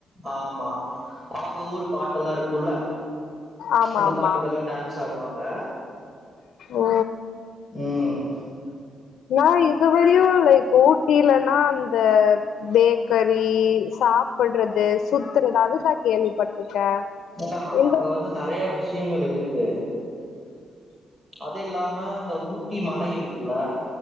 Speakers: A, on the right; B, on the left.
A: ஆமா அவங்க ஊரு பாட்டெல்லா இருக்குல
B: ஆமா
A: அந்த
B: ஆமா
A: பாட்டுக்கெல்லா டான்ஸ் ஆடுவாங்க
B: ஓ
A: ம்
B: நா இதுவரையு லைக் ஊட்டிலன்னா அந்த பேக்கெரி சாப்பட்றது சுத்துறது அதுதா கேள்விப்பட்ருக்கே
A: இல்ல மேம்
B: இந்த
A: அங்க வந்து நெறைய விஷயங்கள் இருக்கு அது இல்லாம இந்த ஊட்டி மலை இருக்கில்ல